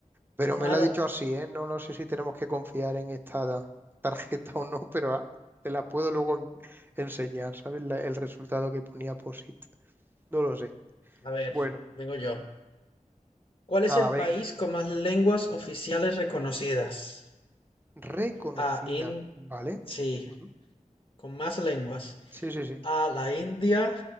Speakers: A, on the right; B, on the left.
A: Pero
B: Nada.
A: me lo ha dicho así, ¿eh? No, no sé si tenemos que confiar en esta da- tarjeta o no, pero ah, te la puedo luego en- enseñar, ¿sabes? La- el resultado que ponía POSIT. No lo sé.
B: A ver,
A: Bueno,
B: vengo yo. ¿Cuál es
A: nada,
B: el
A: ven,
B: país con más lenguas oficiales reconocidas?
A: reconocida,
B: A, In-
A: ¿vale?
B: sí,
A: Ujú.
B: con más lenguas.
A: Sí, sí, sí.
B: A, la India,